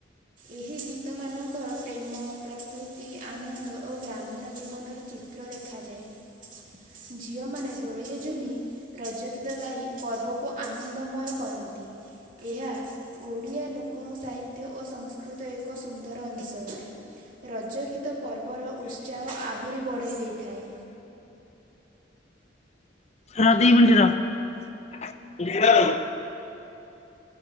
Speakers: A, on the right; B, on the left.
A: ଏହି ଗୀତ ଲୋକ ମାନଙ୍କର ପ୍ରେମ ପ୍ରକୃତି ଆନନ୍ଦ ଓ ଗ୍ରାମୀ ଅନ୍ୟ ଜୀବନର ଚିତ୍ର ଦେଖାଯାଏ ଝିଅମାନେ ଦୋଳିରେ ଖେଳିଲେ ରଜ ଗୀତ ଗାଇ ପର୍ବକୁ ଆନନ୍ଦମୟ କରନ୍ତି ଏହା ଓଡ଼ିଆ ଲୋକ ଏକ ସାହିତ୍ୟ ଓ ସଂସ୍କୃତି ଏକ ସୁନ୍ଦର ଅଂଶ ଅଟେ। ରଜ ଗୀତ ପର୍ବର ଉତ୍ସାହ ଆହୁରି ବଢ଼େଇ ଦେଇଥାଏ।
B: ରାଧେ ଭଣ୍ଡରା <unintelligible>